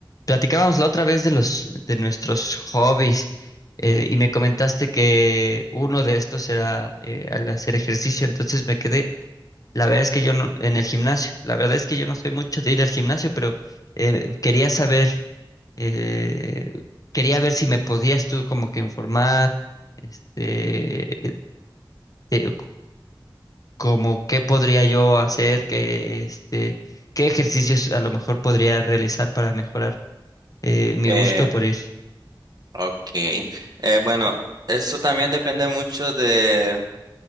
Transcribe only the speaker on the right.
Eh,
ok. Eh, bueno, eso también depende mucho de